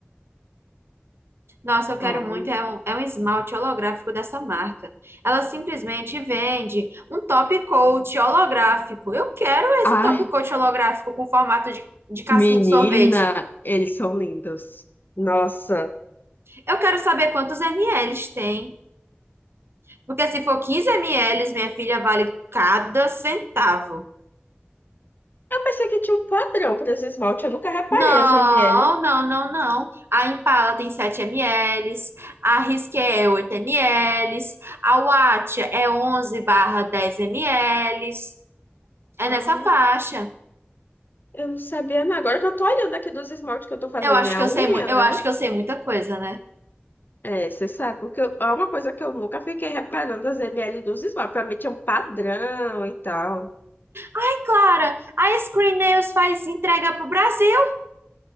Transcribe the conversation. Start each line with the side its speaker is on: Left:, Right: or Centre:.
Right: Nossa, eu quero
Left: Ó, vamos-
Right: muito, é
Left: ver.
Right: um, é um esmalte holográfico dessa marca. Ela simplesmente vende um top coat holográfico. Eu quero esse
Left: Ai,
Right: top coat holográfico com formato de, de casquinha
Left: menina,
Right: de sorvete.
Left: eles são lindos. Nossa.
Right: Eu quero saber quantos ml tem. Porque se for 15 ml, minha filha, vale cada centavo.
Left: Eu pensei que tinha um padrão para esse esmalte. Eu nunca reparei
Right: Não,
Left: as ML.
Right: não, não, não. A Impala tem 7 ml, a Risqué é 8 ml, a Wattia é 11 barra 10 ml. É
Left: Ah,
Right: nessa faixa.
Left: Eu não sabia, não. Agora que eu tô olhando aqui dos esmaltes que eu tô fazendo
Right: Eu acho
Left: minha
Right: que eu
Left: unha,
Right: sei, mu- eu
Left: né?
Right: acho que eu sei muita coisa, né?
Left: É, você sabe, porque eu- é uma coisa que eu nunca fiquei reparando as ml dos esmaltes. Pra mim tinha um padrão e tal.
Right: E Clara, a Screen Nails faz entrega pro Brasil.